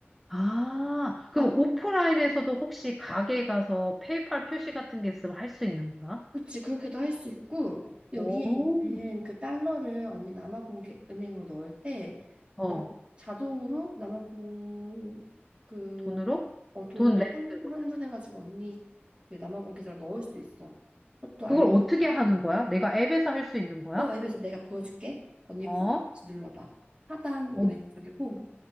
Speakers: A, in the centre; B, on the right.
A: 아, 그럼
B: 아,
A: 오프라인에서도 혹시 가게 가서 페이팔 표시 같은 게 있으면 할 수 있는 거야?
B: 그렇지 그렇게도 할 수 있고, 여기에
A: 오.
B: 있는 그 달러를 언니 남아공은행으로 넣을 때,
A: 어,
B: 남, 자동으로 남아공 그,
A: 돈으로?
B: 어, 돈으로
A: 돈 렌트거든?
B: 환, 환전해가지고 언니 그 남아공 계좌로 넣을 수 있어. 그것도
A: 그걸
B: 알려.
A: 어떻게 하는 거야? 내가 앱에서 할 수 있는 거야?
B: 어, 앱에서 내가 보여줄게. 언니
A: 어?
B: 홈 눌러봐. 하단
A: 어디
B: 왼쪽에 홈.